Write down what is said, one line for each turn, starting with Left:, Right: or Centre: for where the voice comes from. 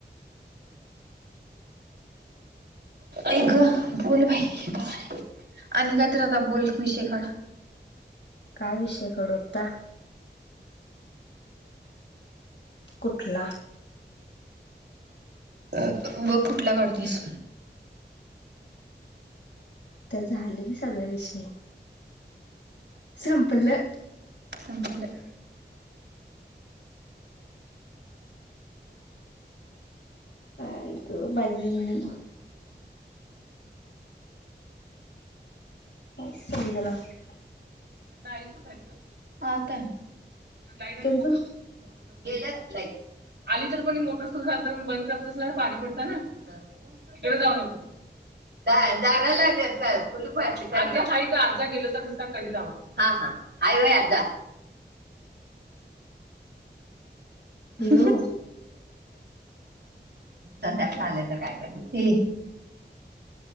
Left: <inaudible>
Right: आई ग बोल बाई काय आणि काही तरा का बोल विषयकाढ <unintelligible>
Left: काय विषयकाडु आत्ता कुठला
Right: अ बघ कुठला काढतेस
Left: तर झालं की सगळ विषय संपलं
Right: संपलं
Left: थँक्यू बाई पैसे निघाला <unintelligible> <unintelligible>
Right: आई कुठे आता आहे लाईट आली
Left: तरी
Right: मोटर
Left: पण
Right: <unintelligible> <unintelligible> <inaudible> <inaudible> गेलं लाईट आली तर पण मोटर सुरू झाला तर म बंद करत पाणी पडता ना इकडे जाऊन येतो दा दारा लाग कुलूपटा आजा गेलो तर नसता कढी <unintelligible> <unintelligible> लावा हा हा आय होय जा <inaudible>
Left: हॅलो
Right: <inaudible> संडासला <unintelligible> आलेय तर काय करील ती